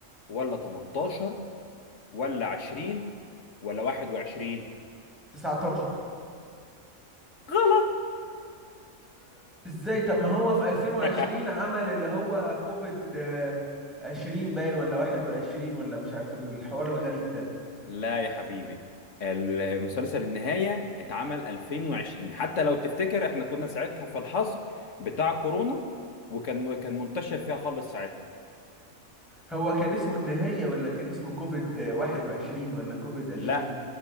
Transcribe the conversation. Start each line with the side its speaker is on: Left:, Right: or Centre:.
Left: ولا 18 ولا 20 ولا 21
Centre: 19
Left: غلط
Centre: ازاي طب ما هو في 2020
Left: <laughs>
Centre: عمل اللي هو كوفيد آه، 20 باين ولا 21 ولا مش عارف الحوار الغريب ده
Left: لا يا حبيبي المسلسل النهاية اتعمل 2020 حتى لو تفتكر احنا كنا ساعتها في الحظر بتاع كورونا وكان كان منتشر فيها خالص ساعتها
Centre: هو كان اسمه النهاية ولا كان اسمه كوفيد آه، 21 ولا كوفيد 20
Left: لا